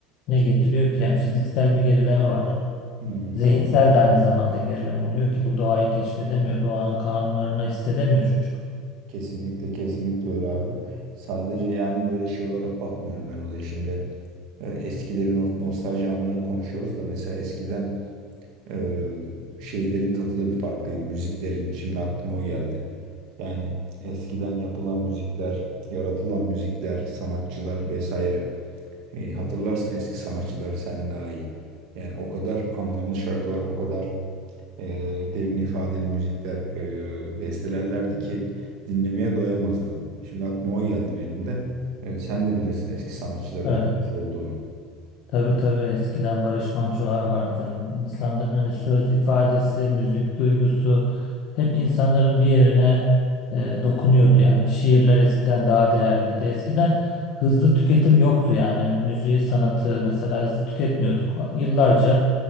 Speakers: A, on the left (about 55°); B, on the right (about 65°).
A: ne
B: Ki-
A: getiriyor ki? Yani fiziksel bir gerileme var.
B: Hmm,
A: Zihinsel de aynı zamanda gerileme oluyor ki bu doğayı keşfedemiyor. Doğanın kanunlarını hissedemiyor çocuk.
B: Kesinlikle kesinlikle öyle abi. Sadece yani böyle şey olarak bakmıyorum ben olaya şimdi. E, Eskilerin no- nostalji anları konuşuyoruz da mesela eskiden e, şeylerin tadı da bir farklıydı müziklerin. Şimdi aklıma o geldi. Yani eskiden yapılan müzikler, yaratılan müzikler, sanatçılar vesaire. Hey, hatırlarsın eski sanatçıları sen daha iyi. Yani o kadar anlamlı şarkılar, o kadar e, derin ifadeli müzikler e, bestelerlerdi ki dinlemeye doyamazdın. Şimdi aklıma o geldi benim de. E, sen de bilirsin eski sanatçıların
A: Evet.
B: ne kadar iyi olduğunu.
A: Tabii tabii eskiden Barış Manço'lar vardı. İnsanların hani söz ifadesi, müzik duygusu hep insanların bir yerine e, dokunuyordu yani. Şiirler eskiden daha değerliydi. Eskiden hızlı tüketim yoktu yani. Müziği, sanatı mesela hızlı tüketmiyorduk. Yıllarca